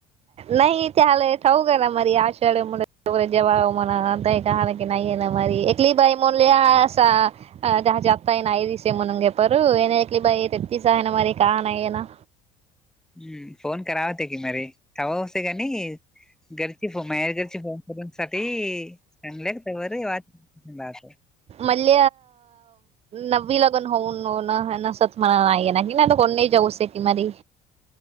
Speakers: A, on the right; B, in the centre.
A: नाही तेले ठवऊ का ना म आषाढी मु जे म्हणा नाही की नाहीय ना म एकली बाई म्हणलीा अ त्याज आता येई ना य दिसेय म्हण घे पर न येऐकली बाई ते तिस आहे ना मरी काहा नाहीय ना
B: हम्म फोन करावते की मर वावते काणी घरची फो मायार घरची फोन करूनसाठी चांगल्या कावरर वा हच
A: मल नवी लगन होऊन नसत मला नाही नाही ना कोण नाही जाऊ शेटी मरी